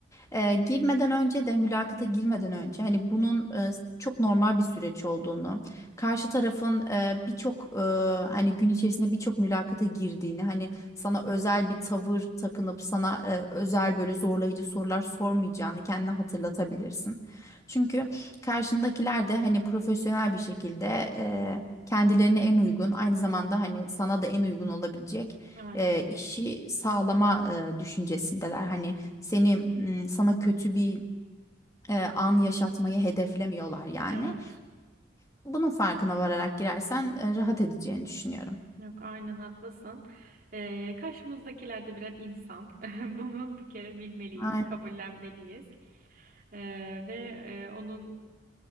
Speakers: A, on the left; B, on the right.
A: E, girmeden önce de mülakata girmeden önce hani bunun e, çok normal bir süreç olduğunu, karşı tarafın e, birçok e, hani gün içerisinde birçok mülakata girdiğini, hani sana özel bir tavır takınıp sana e, özel böyle zorlayıcı sorular sormayacağını kendine hatırlatabilirsin. Çünkü karşındakiler de hani profesyonel bir şekilde e, kendilerine en uygun, aynı zamanda hani sana da en uygun olabilecek
B: Aynen.
A: e, işi sağlama e, düşüncesindeler. Hani seni m, sana kötü bir e, an yaşatmayı hedeflemiyorlar yani.
B: Evet.
A: Bunun farkına vararak girersen e, rahat edeceğini düşünüyorum.
B: Yok aynen haklısın. Ee, karşımızdakiler de birer insan. <laughs> Bunu bir kere bilmeliyiz,
A: Aynen.
B: kabullenmeliyiz. Ee, ve e, onun